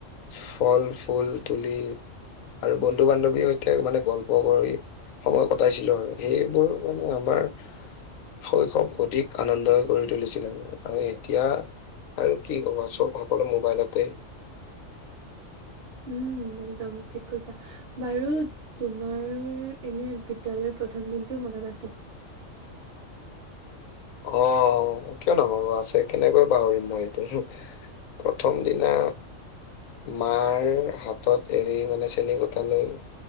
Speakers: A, on the left; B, on the right.
A: ফল ফুল তুলি আৰু বন্ধু বান্ধৱীৰ সৈতে মানে গল্প কৰি সময় কটাইছিলো আৰু সেইবোৰ মানে আমাৰ শৈশৱ অধিক আনন্দই কৰি তুলিছিলে আৰু এতিয়া আৰু কি ক'বা চব সকলো মোবাইলতে।
B: উম একদম ঠিক কৈছা। বাৰু তোমাৰ এনে বিদ্যালয় প্ৰথম দিনটো মনত আছে?
A: অ' কিয় নহব আছে কেনেকৈ পাহৰিম মই এইটো। প্ৰথম দিনা মাৰ হাতত এৰি মানে চেনী কোটালৈ